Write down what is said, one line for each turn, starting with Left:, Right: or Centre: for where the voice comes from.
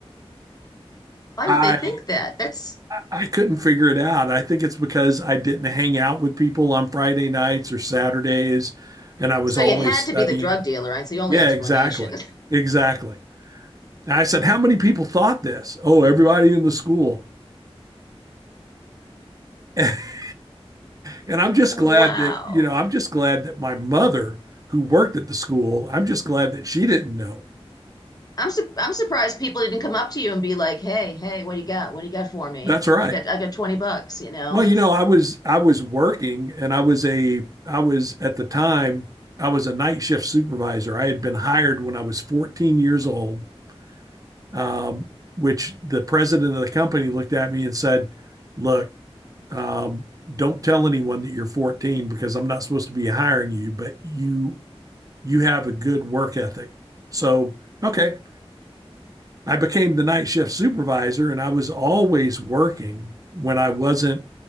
Left: Why
Right: I
Left: would they think that? That's
Right: I couldn't figure it out. I think it's because I didn't hang out with people on Friday nights or Saturdays and I was
Left: so
Right: always
Left: you had
Right: studying.
Left: to be the drug dealer, right? It's the only
Right: Yeah,
Left: explanation.
Right: exactly.
Left: <laughs>
Right: Exactly. And I said, How many people thought this? Oh, everybody in the school. <laughs> And I'm just
Left: Oh,
Right: glad
Left: wow.
Right: that, you know, I'm just glad that my mother, who worked at the school, I'm just glad that she didn't know.
Left: I'm su I'm surprised people didn't come up to you and be like, "Hey, hey, what do you got? What do you got for me?
Right: <laughs> That's right.
Left: I got I got 20 bucks, you know."
Right: Well,
Left: It's
Right: you know, I was I was working and I was a I was at the time I was a night shift supervisor. I had been hired when I was 14 years old, um, which the president of the company looked at me and said, "Look, um, don't tell anyone that you're 14 because I'm not supposed to be hiring you, but you you have a good work ethic. So, okay, I became the night shift supervisor and I was always working when I wasn't,